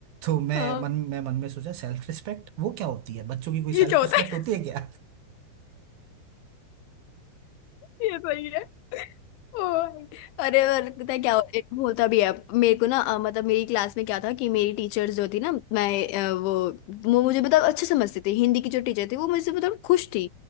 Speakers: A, on the right; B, on the left.
A: तो मैं
B: हाँ
A: मन मैं मन में सोचा सेल्फ रिस्पेक्ट वो क्या होती है बच्चों की कोई सेल्फ
B: ये क्या होता
A: रिस्पेक्ट
B: है
A: होती है क्या
B: ये सही है ओ भाई। अरे और पता है क्या एक होता भी है मेरे को ना अ, मतलब मेरी क्लास में क्या था कि मेरी टीचर्स जो थी ना मैं अ, वो वो मुझे मतलब अच्छे समझती थी हिंदी की जो टीचर थी वो मुझसे मतलब खुश थी